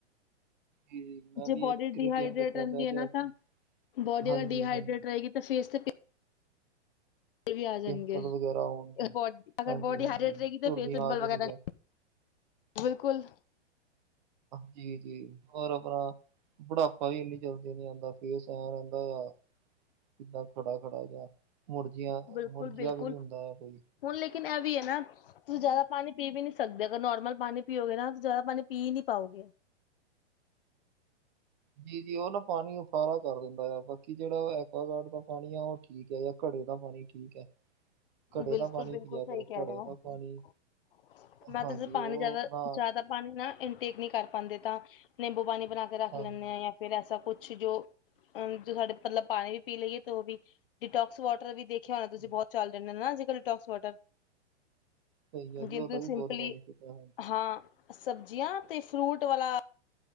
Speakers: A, on the right; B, on the left.
A: ਜੀ ਜੀ ਮੈਂ
B: ਜੇ
A: ਵੀ
B: ਬੋਡੀ
A: ਇੱਕ ਕ੍ਰੀਟੇਨ
B: ਡਿਹਾਈਡਰੇੇਟ
A: ਰੱਖਿਆ
B: ਰਹਿੰਦੀ
A: ਦਾ
B: ਹੈ
A: ਲਿਆ
B: ਨਾ ਤਾਂ।
A: ਕੇ
B: ਬੋਡੀ
A: ਹਾਂਜੀ
B: ਅਗਰ ਡੀਹਾਈਡਰੇੇਟ
A: ਹਾਂਜੀ
B: ਰਹੇਗੀ ਤਾਂ ਫੇਸ ਤੇ। ਪਿੰਪਲ ਵੀ ਆ ਜਾਣਗੇ
A: ਪਿੰਪਲ ਵਗੈਰਾ ਹੋਣਗੇ
B: ਅਗਰ ਬੋ
A: ਹਾਂਜੀ
B: ਬੋਡੀ
A: ਹਾਂਜੀ
B: ਹਾਈਡਰੇਟ ਰਹੇਗੀ ਤੇ
A: ਝੁਰੜੀਆਂ
B: ਫੇਸ ਪਿੰਪਲ
A: ਆ ਜਾਣਗੀਆਂ
B: ਵਗੈਰਾ ਨ। ਬਿਲਕੁਲ।
A: ਜੀ-ਜੀ ਹੋਰ ਆਪਣਾ। ਬੁਢਾਪਾ ਵੀ ਇੰਨੀ ਜਲਦੀ ਨੀ ਆਉਂਦਾ ਫੇਸ ਸਾਫ਼ ਰਹਿੰਦਾ ਆ। ਕਿਦਾਂ ਖੜਾ ਖੜਾ ਜਿਹਾ ਮੁਰਝਾਇਆ
B: ਬਿਲਕੁਲ
A: ਮੁਰਝਾਇਆ
B: ਬਿਲਕੁਲ
A: ਵੀ ਨੀ ਹੁੰਦਾ ਹੈ ਕੋਈ।
B: ਹੁਣ ਲੇਕਿਨ ਇਹ ਵੀ ਹੈ ਨਾ। ਤੁਸੀਂ ਜ਼ਿਆਦਾ ਪਾਣੀ ਪੀ ਵੀ ਨਹੀ ਸਕਦੇ ਅਗਰ ਨੋਰਮਲ ਪਾਣੀ ਪੀਓਗੇ ਨਾ ਜ਼ਿਆਦਾ ਪਾਣੀ ਪੀ ਨਹੀ ਪਾਓਗੇ।
A: ਜੀ-ਜੀ ਉਹ ਨਾ ਪਾਣੀ ਉਫਾਰਾ ਕਰ ਦਿੰਦਾ ਆ ਬਾਕੀ ਜਿਹੜਾ ਉਹ ਐਕੁਆਗਾਰਡ ਦਾ ਪਾਣੀ ਆ ਉਹ ਠੀਕ ਹੈ। ਘੜੇ ਦਾ ਪਾਣੀ ਠੀਕ ਹੈ। ਘੜੇ
B: ਬਿਲਕੁਲ-ਬਿਲਕੁਲ
A: ਦਾ ਪਾਣੀ ਪੀਆ
B: ਸਹੀ
A: ਕਰੋ
B: ਕਹਿ
A: ਘੜੇ
B: ਰਹੇ ਹੋ
A: ਦਾ ਪਾਣੀ
B: ਮੈਂ
A: ਹਾਂਜੀ
B: ਤਾਂ ਪਾਣੀ
A: ਉਹ
B: ਜ਼ਿਆਦਾ-
A: ਨਾ
B: ਜ਼ਿਆਦਾ। ਪਾਣੀ ਨਾ ਇਨਟੇਕ ਨਹੀ ਕਰ ਪਾਉਂਦੇ ਤਾਂ ਨਿੰਬੂ ਪਾਣੀ ਬਣਾ ਕੇ ਰੱਖ
A: ਹਾਂਜੀ
B: ਲੈਂਦੇ ਆ ਜਾਂ। ਫਿਰ ਐਸਾ ਕੁਛ ਜੋ। ਅ ਜੋ ਸਾਡੇ ਮਤਲਬ ਪਾਣੀ ਵੀ ਪੀ ਲਈਏ ਤੇ ਉਹ ਵੀ ਡਿਟੋਕਸ ਵਾਟਰ ਵੀ ਦੇਖ। ਦੇਖਿਆ ਹੋਣਾ ਤੁਸੀਂ
A: ਹਾਂਜੀ,
B: ਬਹੁ ਚ ਰਦੇ ਨਾ ਅਜਕੱਲ <inaudible> ਡੀਟੋਕਸ ਵਾਟਰ
A: ਸਹੀ ਹੈ ਜੀ
B: ਜਿਦ
A: ਉਹਦਾ ਵੀ
B: ਸਿੰਪਲੀ
A: ਬਹੁਤ ਬੈਨੀਫਿਟ ਹੈ ਹਾਂਜੀ
B: ਹੀ। ਸਬਜ਼ੀਆਂ ਤੇ ਫਰੂਟ ਵਾਲਾ।